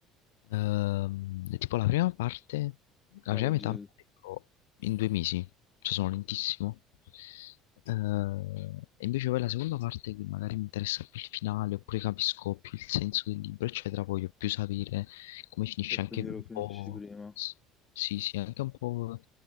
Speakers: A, on the left; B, on the left.
A: Ehm, tipo la prima parte, la
B: la
A: prima
B: leggi
A: metà,
B: tu
A: ecco, in due mesi, cioè sono lentissimo. Ehm, e invece poi la seconda parte che magari mi interessa più il finale, oppure capisco più il senso del libro, eccetera, voglio più sapere come finisce
B: e quindi
A: anche un
B: lo finisci
A: po',
B: prima,
A: s- sì, sì, anche un po'